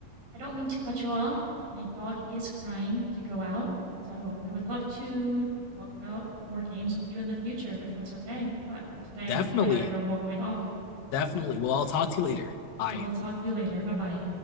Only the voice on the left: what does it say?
Definitely,
definitely. Well, I'll talk to you later. Bye.